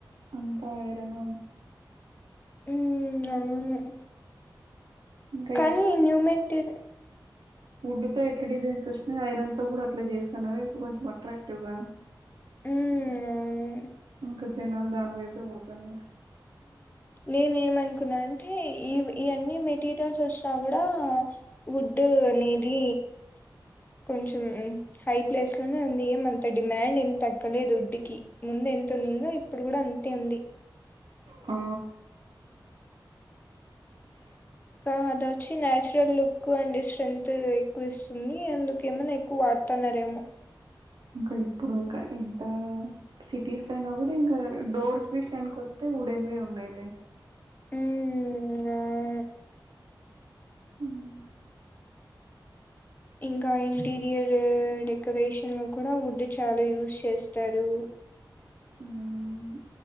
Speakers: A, on the right; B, on the left.
A: <unintelligible> కాయడము
B: ఉమ్ అవును
A: ఇంకా
B: కానీ న్యూ మెట్రిక్
A: ఉడ్ తో ఎట్లా డిజైన్స్ వస్తున్నాయో ఐరన్ తో కూడా అట్లా చేస్తున్నారు ఇప్పుడు కొంచెం అట్రాక్టివ్ గా.
B: ఉమ్
A: గొజ్జెనాయళ్లు దాని వైపే పోతున్నారు.
B: నేను ఏమనుకున్నా అంటే ఈ అన్నీ మెటీరియల్స్ వచ్చినా కూడా ఉడ్ అనేది కొంచెం. హై ప్లేస్ లోనే ఉంది. ఏమంత డిమాండ్ ఏం తగ్గలేదు ఉడ్ కి ముందు ఎంత ఉన్నుండిందో ఇప్పుడు కూడా అంతే ఉంది.
A: ఆ <inaudible>
B: ఆ అదొచ్చి న్యాచురల్ లుక్ అండ్ స్ట్రైన్త్ ఎక్కువ ఇస్తుంది అందుకేమన్నా ఎక్కువ వాడుతున్నారేమో.
A: ఇంకా ఇప్పుడు ఇంకా ఎంత? సిటీస్ లో అయినా కూడా ఇంకా డోర్స్ విషయానికి వస్తే ఉడెన్వే ఉన్నాయిలే.
B: మ్మ్
A: మ్
B: ఇంకా ఇంటీరియర్ డెకరేషన్ లో కూడా ఉడ్ చాలా యూజ్ చేస్తారు.
A: హ్మ్.